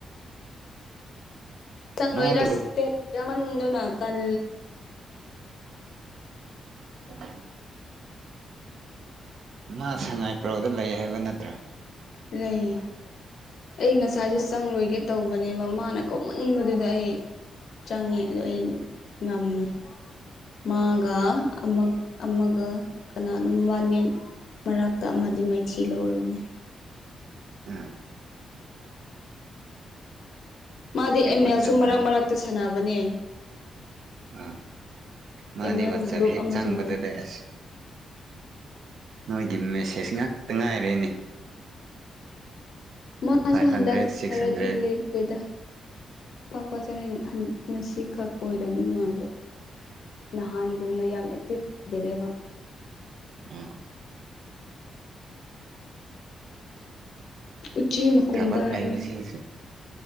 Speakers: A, on the left; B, on the right.
A: ꯆ
B: ꯃꯥꯗꯨꯕꯨ
A: ꯔꯁꯇ ꯃꯟꯗꯅ ꯇꯜ
B: ꯎ ꯃꯥ ꯁꯉꯥꯏꯄ꯭ꯔꯧꯗ ꯂꯩ ꯍꯥꯏꯕ ꯅꯠꯇ꯭ꯔꯣ
A: ꯂꯩꯌꯦ ꯑꯩ ꯉꯁꯥꯏꯁꯨ ꯆꯪꯂ ꯂꯣꯏꯒꯦ ꯇꯧꯕꯅꯦꯕ ꯃꯥꯅ ꯀꯧꯃꯟꯕꯗꯨꯗ ꯑꯩ ꯆꯪꯉꯦ ꯑꯗꯣ ꯑꯩꯩꯅ ꯉꯝꯃꯦ ꯃꯥꯒ ꯑꯃꯒ ꯑꯃꯒ ꯀꯅꯥꯅꯣ ꯋꯥꯅꯦ ꯃꯔꯛꯇ ꯑꯃꯗꯤ ꯃꯥꯏꯊꯤ ꯂꯧꯔꯕꯅꯦ
B: ꯑꯝ
A: ꯃꯥꯗꯤ
B: ꯍꯦꯛ
A: ꯑꯃꯦꯜꯁꯨ
B: ꯋꯥꯆꯞ
A: ꯃꯔꯛ ꯃꯔꯛꯇ ꯁꯥꯟꯅꯕꯅꯦ
B: ꯑ ꯃꯥꯗꯤ
A: ꯑꯦꯝ ꯑꯦꯜꯒꯤ
B: ꯋꯥꯆꯦꯕ
A: ꯒ꯭ꯔꯨꯞ
B: ꯍꯦ
A: ꯑꯃꯁꯨ
B: ꯆꯥꯡꯕꯗꯨꯗꯁ
A: ꯂꯩ
B: ꯅꯣꯏꯒꯤ ꯃꯦꯁꯦꯁ ꯉꯥꯛꯇ ꯉꯥꯏꯔꯦꯅꯦ
A: ꯎꯝ ꯃꯥꯁꯨ
B: ꯐꯥꯏꯚ
A: ꯍꯟꯗꯛ
B: ꯍꯟꯗ꯭ꯔꯦꯠ ꯁꯤꯛꯁ
A: ꯈꯔꯗꯤꯜꯂꯤꯦꯞꯄꯦꯗ
B: ꯍꯟꯗ꯭ꯔꯦꯠ
A: ꯄꯄ ꯆ ꯉꯁꯤꯈꯛ ꯑꯣꯏꯔꯝꯃꯤ ꯃꯥꯁꯨ ꯅꯍꯥꯟꯒꯨꯝꯅ ꯌꯥꯝ ꯑꯦꯛꯇꯤꯚ ꯑꯣꯏꯗꯔꯦꯕ
B: ꯎꯝ
A: ꯎꯆꯤ ꯃꯈꯣꯟ
B: ꯊꯕꯛ
A: ꯇꯥꯏꯅꯦ
B: ꯂꯩꯕꯁꯤꯁꯨ